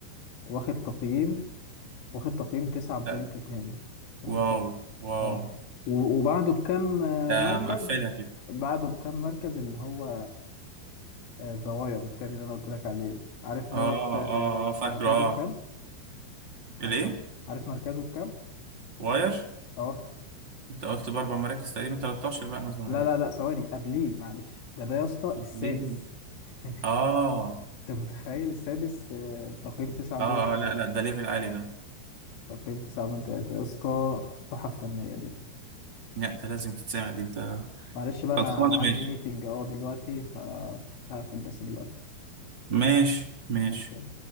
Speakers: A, on the left (about 90°); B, on the right (about 30°).
A: واخد تقييم واخد تقييم 9.2
B: لا
A: أنت
B: واو
A: متخيل
B: واو
A: اه و- وبعده بكام آه،
B: ده
A: مركز
B: مقفلها كده
A: بعده بكام مركز اللي هو الزواير التاني اللي انا قلت لك عليه عارف
B: اه
A: دوت آه،
B: اه اه فاكره
A: مركزه
B: اه
A: بكام عارف
B: الايه
A: م- عارف مركزه بكام
B: واير
A: اه
B: انت قلت باربع مراكز تقريبا 13 بقى مثلا
A: لا
B: ولا حاجه
A: لا لا ثواني قبليه معلش ده ده يا اسطى
B: طب
A: السادس
B: ليه
A: <laughs>
B: اه
A: انت متخيل السادس آه، تقييم 9.3
B: اه اه لا لا ده ليفل عالي ده
A: تقييم 9.3 يا اسطى تحف فنية دي
B: لا ده لازم تتسمع دي انت
A: معلش بقى انا
B: خلصانه
A: عندي
B: ماشي
A: ميتنج اهو دلوقتي فهقفل بس دلوقتي
B: ماشي ماشي
A: ماشي